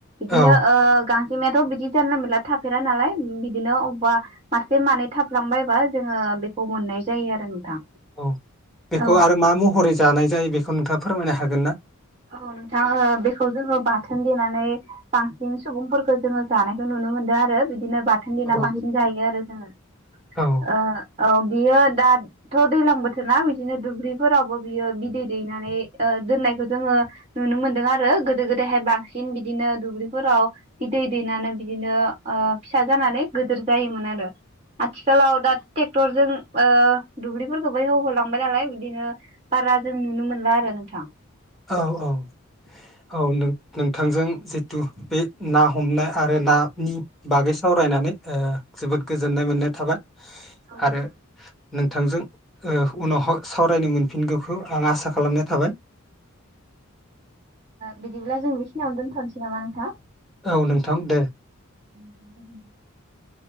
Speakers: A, on the right (about 30°); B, in the centre.
A: इदिनो
B: औ
A: ओ गां जेंमायाथ' बिदि जानला माला थाफेरा नालाय बिदिनो अबेबा मासे मानै थाफलांबायबा जोङो बे खौ मोननाय जायो आरो नोंथां
B: औ बेखौ
A: औ
B: आरो मा महरै जानाय जायो बेखौ नोंथां फोरमायनो हागोन ना?
A: औ नोंथां ओ बेखौ जोङो बाथोन देनानै बांसिन सुबुंफोरखौ जोङो जानायखौ नुनो मोनदों आरो बिदि दिनो बाथोन देना
B: औ
A: बांसिन जायो आरो जोङो ओ
B: औ
A: औ बियो दाथ' दैलां बोथोरना बिदिनो दुब्रिफोरावबो बियो बिदै दैनानै ओ दोननायखौ जोङो नुनो मोनदों आरो गोदो गोदायहाय बांसिन बिदिनो दुब्लिफोराव बिदै दैनानै बिदिनो ओ फिसा जानानै गोदोर जायोमोन आरो। आथिखालाव दा टरजों ओ दुब्लिफोरखौबो एवहोलांबाय नालाय बिदिनो बारा जों नुनो मोनला आरो नोंथां।
B: औ औ औ नों नोंथांजों जिथु बे ना हमनाय आरो ना नि बागै सावरायनानै ओ जोबोद गोजोननाय मोननाय थाबाय
A: औ नोंथां
B: आरो नोंथांजों ओ उनावहो सावरायनो मोनफिनगौखौ आं आसा खालामनाय थाबाय।
A: बिदिब्ला जों बेखिनियावनो दोनथ'नोसै नामा नोंथां?
B: औ नोंथां दे।
A: <unintelligible>